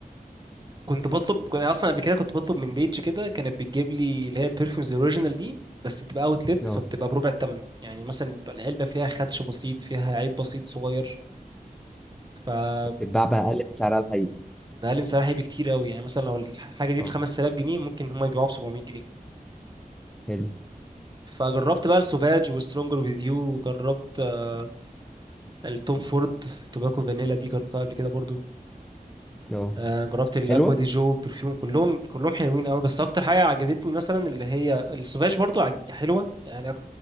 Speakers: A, on the right; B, in the centre.
A: كنت بطلب كنت اصلا قبل كده كنت بطلب من بيج كده كانت بتجيب لي اللي هي البرفيومز الاوريجينال دي بس بتبقى اوتلت
B: اه
A: فبتبقى بربع الثمن يعني مثلا بيبقى العلبه فيها خدش بسيط فيها عيب بسيط صغير فبقلل
B: فبتتباع بقى اقل من سعرها الحقيقي
A: سعرها بكتير قوي يعني مثلا لو الحاجه دي
B: اه
A: ب 5000 جنيه ممكن هم يبيعوها ب 700 جنيه
B: حلو
A: فجربت بقى السوفاج وسترونجر وذ يو جربت آه، التوم فورد توباكو فانيلا دي جربتها قبل كده برضو
B: اه
A: آه، جربت الاكوا
B: حلوه
A: دي جو برفيوم كلهم كلهم حلوين قوي بس اكتر حاجه عجبتني مثلا اللي هي السوفاج برضو عج- حلوه يعني